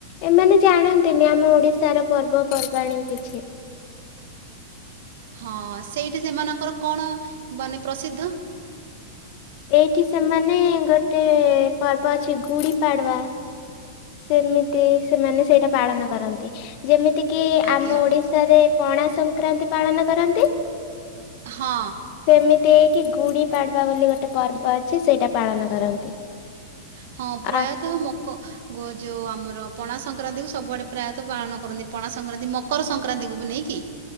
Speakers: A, on the left; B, on the right.
A: ଏମାନେ ଜାଣନ୍ତିନି ଆମ ଓଡିଶାର ପର୍ବପର୍ବାଣୀ କିଛି।
B: ହଁ। ସେଇଠି ସେମାନଙ୍କର କଣ ମାନେ ପ୍ରସିଦ୍ଧ?
A: ଏଇଠି ସେମାନେ ଗୋଟେ ପର୍ବ ଅଛି ଗୁଡି ପାଡୁଆ। ସେମିତି ସେମାନେ ସେଇଟା ପାଳନ କରନ୍ତି। ଯେମିତିକି
B: ଆଜ୍ଞା
A: ଆମ ଓଡିଶାରେ ପଣା ସଂକ୍ରାନ୍ତି ପାଳନ କରନ୍ତି।
B: ହଁ।
A: ସେମିତି ଏଇଠି ଗୁଡି ପାଡ୍ବା ବୋଲି ଗୋଟେ ପର୍ବ ଅଛି, ସେଇଟା ପାଳନ କରନ୍ତି।
B: ହଁ ପ୍ରାୟତଃ
A: ଆ
B: ମକ ଗୋ ଯୋଉ ଆମର ପଣା ସଂକ୍ରାନ୍ତିକୁ ସବୁଆଡ଼େ ପ୍ରାୟତଃ ପାଳନ କରନ୍ତି। ପଣା ସଂକ୍ରାନ୍ତି, ମକର ସଂକ୍ରାନ୍ତିକୁ ବି ନେଇକି